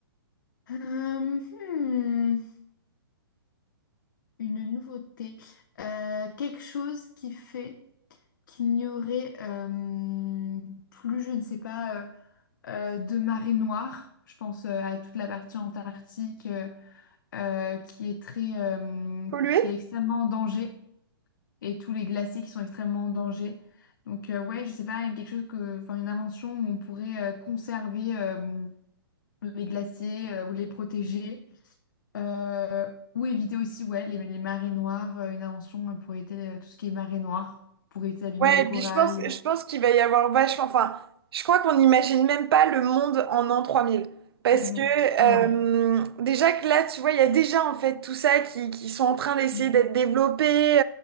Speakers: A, on the left; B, on the right.
A: Euh, hmm, une nouveauté. Euh, quelque chose qui fait qu'il n'y aurait euh, plus, je ne sais pas, euh, euh, de marée noire. Je pense euh, à toute la partie antarctique. euh, euh, qui est très, euh,
B: Polluer?
A: qui est extrêmement en danger et tous les glaciers qui sont extrêmement en danger. Donc euh, ouais, je sais pas, quelque chose que, enfin une invention où on pourrait euh, conserver euh, les glaciers euh, ou les protéger Euh, ou éviter aussi ouais les, les marées noires. euh, une invention euh, pour éviter euh, tout ce qui est marée noire, pour éviter d'abîmer
B: Ouais,
A: le corail.
B: et puis je pense, je pense qu'il va y avoir vachement. Enfin, je crois qu'on n'imagine même pas le monde en an trois mille Parce
A: Mm,
B: que
A: mm. Ah ouais.
B: euh, déjà que là, tu vois, il y a déjà en fait tout ça qui, qui sont en train d'essayer
A: Mm.
B: d'être développés.